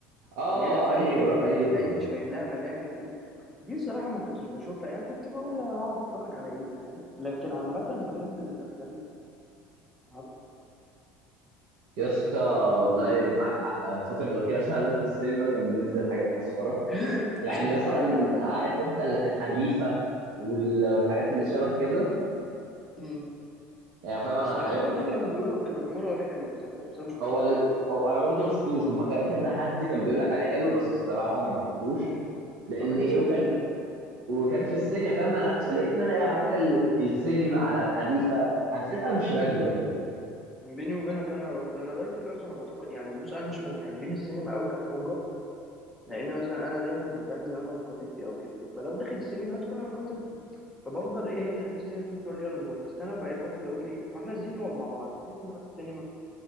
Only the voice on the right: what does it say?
اه
ايوه
ايوه
يا اسطى والله معاك حق الفترة الأخيرة <laughs> فعلا في السينما كان بينزل حاجات مسخرة
يعني مثلا
عارف انت ال- الحريفة وال- والحاجات اللي شبه كده
يعني فاهم انا
الحاجات دي
ما-
هو ال- هو انا برضو ما شفتوش هما ك- كذا حد كان بيقول لك عليه حلو بس الصراحة انا ما شفتوش لان
ايه
وكان
وكان في السينما فاهم انا لقيت ان انا يعني هروح ال- السينما على الحريفه حسيتها مش راكبه كده